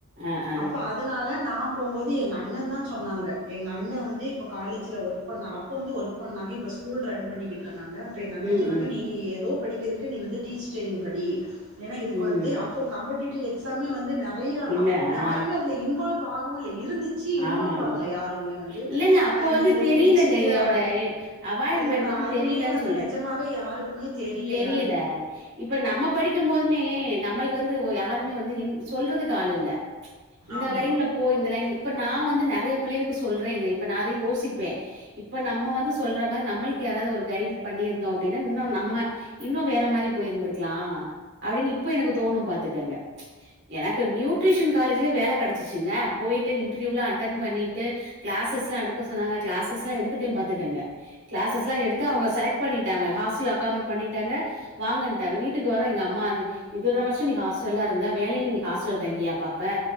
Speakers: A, on the right (about 55°); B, on the right (about 75°).
A: ஆ ஆ
B: அப்ப அதனால நாம் போம்போது எங்க அண்ணந்தா சொன்னாங்க எங்க அண்ண வந்து இப்ப காலேஜ்ல ஒர்க் பண்ணா அப்ப வந்து ஒர்க் பண்ணாங்க இப்ப ஸ்கூல் ரன் பண்ணிகிட்டு இருக் காங்க அப்ப எங்க அண்ண
A: ம்
B: சொன்னாங்க
A: ம்
B: நீ ஏதோ இதுக்கெதுக்கு நீ வந்து டீச்சர் ட்ரெயினிங் படி ஏன்னா இதுக்கு
A: ம்
B: வந்து அப்போ காம்படிட்டிவ் எக்ஸ் தம்பி வந்து நற நறைய
A: இல்ல
B: அப்ப
A: ஆ
B: யாருமே அதுல இன்வால்வ் ஆகவு இல்லை இருந்துச்சு இன்வால்வ்
A: ஆமா ஆமா
B: ஆகல யாருமே வந்து
A: இல்லங்க அப்போ
B: நீ
A: வந்து
B: இத
A: தெரியலங்க
B: முடுச்சுட்டு
A: இதோட அவாய்ர்மெண்ட்
B: இதோட
A: வந்து
B: அருமைய
A: தெரியலன்னு
B: வந்து நெஜமாவே யாருக்குமே தெரியல்
A: தெரியில இப்ப நம்ம படிக்கும் போதுமே நம்மளுக்கு வந்து ஒ யாருமே வந்து சொல்றதுக்கு ஆள் இல்ல இந்த
B: ஆமா.
A: லைன்ல போ இந்த லைன்ல இப் இப்ப நா வந்து நெறையா பிள்ளேளுக்கு சொல்றேன்ங்க இப்ப நா அதையு யோசிப்பே இப்ப நம்ம வந்து சொல்ற மாரி நம்மளுக்கு யாராவது ஒரு கைட் பண்ணிருந்தோ அப்டின்னா இன்னு நம்ம இன்னு வேற மாரி போயிருந்திருக்கலா அப்டின்னு இப்ப எனக்கு தோணு பாத்துக்கங்க ச் எனக்கு நியூட்ரிஷன் காலேஜ்ல வேல கெடைச்சுச்சுங்க போயிட்டு ப்ப இன்ட்ரீவுயூலா அட்டன் பன்னிட்டு கிளாஸஸ்லா எடுக்க சொன்னாங்க கிளாஸஸ்லா எடுத்துட்டே பாத்துக்கங்க கிளாஸஸ்லா எடுத்தே அவங்க ஸெலக்ட் பன்னிட்டாங்க ஹாஸ்டல் அக்காம்டேட் பன்னிட்டாங்க வாங்கன்ட்டாங்க வீட்டுக்கு வரே எங்க அம்மாஅதி இத்தன வர்ஷோ நீ ஹாஸ்டல்லதா இருந்த வேலயு நீ ஹாஸ்டல்ல தங்கியா பாப்ப